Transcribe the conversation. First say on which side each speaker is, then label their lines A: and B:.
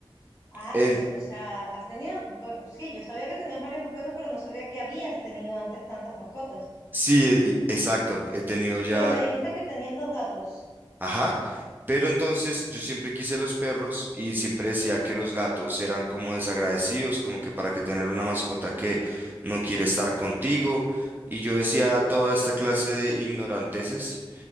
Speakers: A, on the left; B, on the right.
A: Ah,
B: En-
A: pues, o sea, has tenido, pues, sí, yo sabía que tenías varias mascotas, pero no sabía que habías tenido antes tantas mascotas.
B: sí, e- y- exacto. He tenido ya,
A: Pero me dijiste que tenías dos gatos.
B: Ajá, pero entonces yo siempre quise los perros y siempre decía que los gatos eran como desagradecidos, como que para que tener una mascota que no quiere estar contigo. Y yo decía toda esta clase de ignoranteses